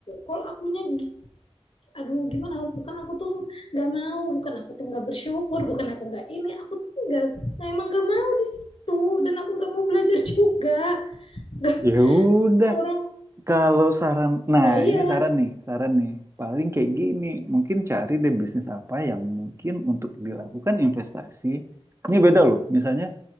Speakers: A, on the left; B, on the right.
A: kalau akunya gi- aduh gimana bukan aku tuh nggak mau bukan aku tuh nggak bersyukur bukan aku nggak ini aku tuh nggak nah, emang nggak mau di situ dan aku nggak mau belajar juga Nggak,
B: Ya udah,
A: orang
B: kalau saran, nah
A: nah iya
B: ini saran nih, saran nih. Paling kayak gini, mungkin cari deh bisnis apa yang mungkin untuk dilakukan investasi. Ini beda loh, misalnya